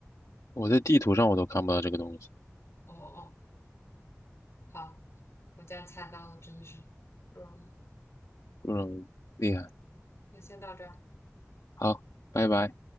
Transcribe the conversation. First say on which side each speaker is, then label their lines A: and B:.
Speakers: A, on the left; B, on the left.
A: 我在地图上我都看不到这个东西，
B: 哦哦，好，我竟然猜到了，真的是不容易。
A: 嗯，厉害，
B: 那先到这儿。
A: 好，拜拜。